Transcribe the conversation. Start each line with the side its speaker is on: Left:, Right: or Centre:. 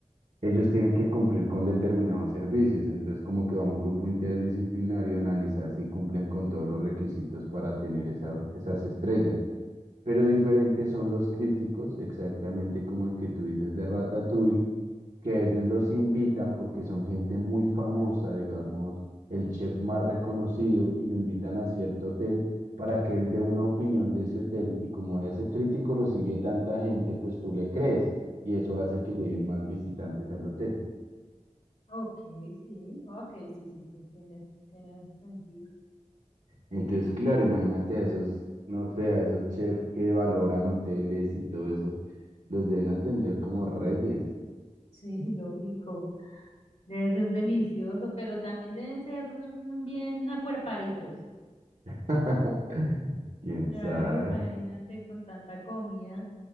Right: ellos tienen que cumplir con determinados servicios, entonces como que va un grupo interdisciplinario a analizar si cumplen con todos los requisitos para tener esas, esas estrellas. Pero diferentes son los críticos, exactamente como el que tú dices de Ratatouille, que a ellos los invitan porque son gente muy famosa, digamos, el chef más reconocido, y lo invitan a cierto hotel para que él dé una opinión de ese hotel, y como a ese crítico lo sigue tanta gente, pues tú le crees, y eso hace que lleguen más visitantes al hotel.
Left: Ok, sí, ok, sí, sí, sí, tienes, tienes sentido.
Right: Entonces, claro, imagínate a esos, no sé, a esos chefs que valoran hoteles y todo eso, los deben atender como reyes.
Left: Sí, <laughs> lógico. Debe ser delicioso, pero también deben ser mm, bien acuerpaditos.
Right: <laughs> ¿Quién
Left: Claro,
Right: sabe?
Left: imagínate con tanta comida